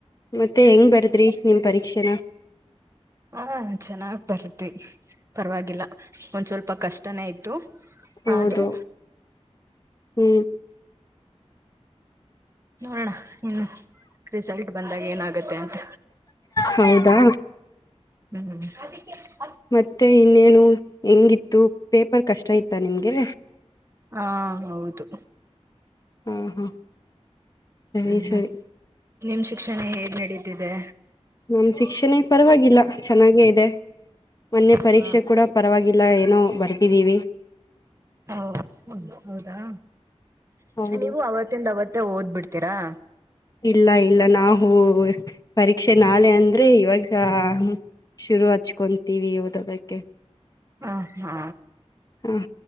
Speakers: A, on the left; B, on the right.
A: ಮತ್ತೆ ಹೆಂಗ್ ಬರುತ್ ರಿ ನಿಮ್ ಪರೀಕ್ಷೆನಾ
B: ಹಾ ಚೆನ್ನಾಗ್ ಬರ್ತಿ ಪರವಾಗಿಲ್ಲ ಒಂದ್ ಸ್ವಲ್ಪ ಕಷ್ಟನೇ ಇತ್ತು
A: ಹೌದು
B: ಆದ್ರೂ
A: ಹ್ಮ್
B: ನೋಡಣ ಇನ್ನು ರಿಸಲ್ಟ್ ಬಂದಾಗ ಏನಾಗುತ್ತೆ ಅಂತ
A: ಹೌದಾ
B: ಹ್ಮ್ ಹ್ಮದ
A: ಮತ್ತೆ ಇನ್ನೇನು ಹೆಂಗಿತ್ತು ಪೇಪರ್ ಕಷ್ಟ ಇತ್ತ ನಿಮ್ಗೆ
B: ಹಾ ಹೌದು
A: ಹಾ ಹಾ ಸರಿ
B: ಹ್ಮ
A: ಸರಿ
B: ನಿಮ ಶಿಕ್ಷಣ ಹೇಗ್ ನಡೀ ಬಿಟ್ಟಿದೆ
A: ನಮ ಶಿಕ್ಷಣೆ ಪರವಾಗಿಲ್ಲ ಚೆನ್ನಾಗೇ ಇದೆ ಮೊನ್ನೆ ಪರೀಕ್ಷೆ
B: ಹ
A: ಕೂಡ ಪರವಾಗಿಲ್ಲ ಏನೋ ಬರ್ ಟ್ಟಿದ್ದೀವಿ
B: ಹ ಹೌದಾ
A: ಹೌದು
B: ನೀವು ಅವತ್ತಿಂದ ಅವತ್ತೇ ಓದ್ಬಿಡ್ತೀರಾ
A: ಇಲ್ಲ ಇಲ್ಲ ನಾವು ಪರೀ ಪಕ್ಷೆ ನಾಳೆ ಅಂದ್ರೆ ಇವಾಗ ಚ ಶುರು ಹಚ್ಚಿಕೊಂಡು ತಿವಿ ತಕ್ಕೆ
B: ಹಾ ಹಾ
A: ಹ